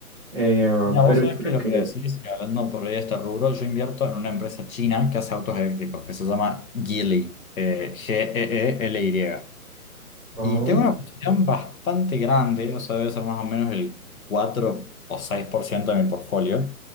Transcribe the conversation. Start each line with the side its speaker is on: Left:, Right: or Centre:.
Centre: Eh, ah,
Left: Mira,
Centre: pero
Left: vos sabés
Centre: yo creo
Left: que lo
Centre: que.
Left: que decís, y hablando por ahí de este rubro, yo invierto en una empresa china que hace autos eléctricos, que se llama Geely, eh, G-E-E-L-Y.
Centre: Oh,
Left: Y tengo una posición bastante grande, o sea, debe ser más o menos el 4 o 6% de mi portfolio.